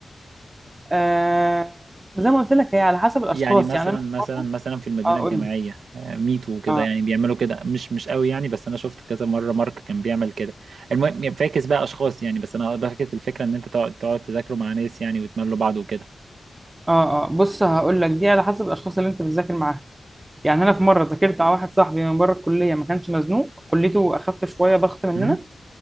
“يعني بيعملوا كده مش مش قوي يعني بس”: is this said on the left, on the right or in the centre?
Right